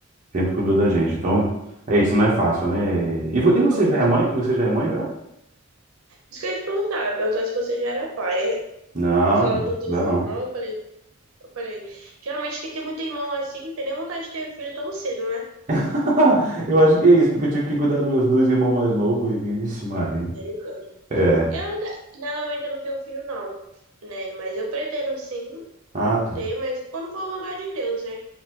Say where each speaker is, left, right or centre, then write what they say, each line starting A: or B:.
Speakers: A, on the right (about 35°); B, on the right (about 75°).
A: Sempre cuidou da gente. Então, é isso, não é fácil, né? E, vo- e
B: Não.
A: você já é mãe? E você já é mãe já?
B: Isso que eu ia te perguntar, eu ia perguntar se você já era pai. É,
A: Não,
B: Falando
A: não
B: dos teus
A: dá não.
B: irmãos, eu falei. Eu falei, geralmente quem tem muito irmão assim, não tem nem vontade de ter filho tão cedo, né?
A: <laughs> Eu acho que é isso, porque eu tive que cuidar dos meus dois irmãos mais novos. e- Ixi, Maria.
B: Misericórdia.
A: É.
B: Eu ainda, não, eu ainda não tenho filho, não, né? Mas eu pretendo sim
A: Ah, tá.
B: ter, mas quando for a vontade de Deus, né?